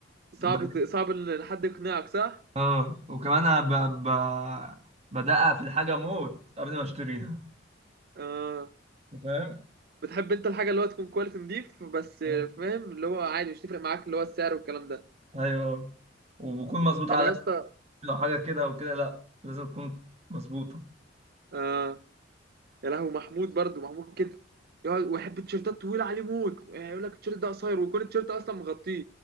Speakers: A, on the right; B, on the right.
A: صعب
B: ب-
A: صعب ان حد يقنعك صح
B: اه وكمان انا ب... ب... بدقق في الحاجه موت قبل ما اشتريها
A: آه
B: انت فاهم
A: بتحب انت الحاجه اللي هو تكون كواليتي نضيف بس
B: اه.
A: فاهم اللي هو عادي مش تفرق معاك اللي هو السعر والكلام ده
B: ايوه وبكون مظبوط على
A: انا يا اسطى
B: لو حاجة كده أو كده لأ لازم تكون مظبوطة
A: آه يا لهو محمود برضو محمود كده يقعد ويحب التيشيرتات طويله عليه موت يعني يقول لك التيشيرت ده قصير ويكون التيشيرت اصلا مغطيه